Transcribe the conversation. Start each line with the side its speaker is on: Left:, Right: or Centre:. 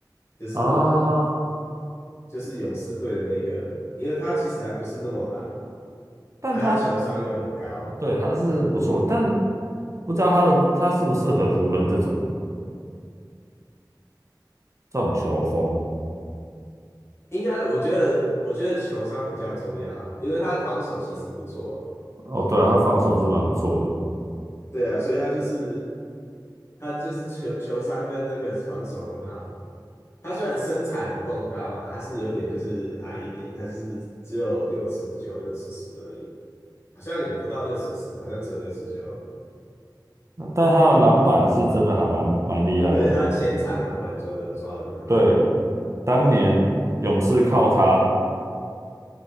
Left: 就是
Right: 啊，
Left: 就是勇士队的那个，因为他其实还不是那么老，
Right: 但他
Left: 而他球商又很高，
Right: 对他是不错，但不知道他的他适不适合湖人这种的这种球风。
Left: 应该我觉得我觉得球商比较重要啊，因为他防守其实不错，
Right: 哦，对啊他防守是蛮不错的，
Left: 对啊，所以他就是他就是球球商跟那个防守很好，他虽然身材不够高啊，他是有点就是矮一点，他就是只有六尺九、六尺十而已，好像也不到六尺十，好像只有六尺九。
Right: 那但他的篮板是真的还蛮蛮厉害的。
Left: 对，他前场篮板抓的抓的很好，
Right: 对，当年勇士靠他